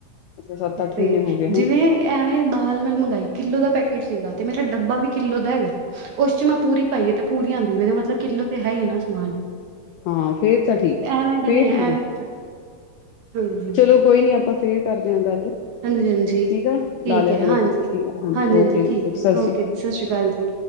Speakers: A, on the left; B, on the right.
A: ਅੱਛਾ ਸੱਤ ਅੱਠ
B: ਤੇ
A: ਮਹੀਨੇ ਹੋ ਗਏ ਹੈ
B: ਜਿਵੇਂ, ਐਵੇਂ ਦਾਲ ''ਮੈਂ ਮੰਗਾਈ, ਕਿਲੋ ਦਾ ਪੈਕੇਟ ਸੀਗਾ, ਤੇ ਮੇਰਾ ਡੱਬਾ ਵੀ ਕਿੱਲੋ ਦਾ ਹੈਗਾ, ਉਸ'ਚ ਮੈਂ ਪੂਰੀ ਪਾਈਏ, ਤੇ ਪੂਰੀ ਆਂਦੀ ਪੀ, ਇਹਦਾ ਮਤਲਬ, ਕਿੱਲੋ ਤੇ ਹੈ ਹੀ ਨਾ ਸਮਾਨ।
A: ਹਾਂ, ਫੇਰ ਤਾਂ ਠੀਕ ਆ।
B: ਐਵੇਂ ਤਾਂ
A: ਫੇਰ
B: ਨੀ ਹੈ
A: ਠੀਕ
B: ਐਵੇਂ
A: ਆ,
B: ਹਾਂਜੀ,
A: ਚਲੋ ਕੋਈ ਨੀ ਆਪਾਂ ਫੇਰ ਕਰਦੇ ਆਂ, ਗੱਲ।
B: ਹਾਂਜੀ-ਹਾਂਜੀ
A: ਠੀਕ ਆ,
B: ਠੀਕ
A: ਲਾ ਲਿਆ
B: ਹੈ
A: ਕਰੋ
B: ਹਾਂਜੀ।
A: ਫੋਨ, ਠੀਕ ਆ। ਹਾਂਜੀ,
B: ਹਾਂਜੀ-ਹਾਂਜੀ
A: ਓਕੇ ਜੀ,
B: ਠੀਕ
A: ਸਤਿ
B: ਹੈ
A: ਸ੍ਰੀ
B: ਓਕੇ
A: ਅਕਾਲ।
B: ਜੀ ਸਤਿ ਸ਼੍ਰੀ ਅਕਾਲ ਜੀ।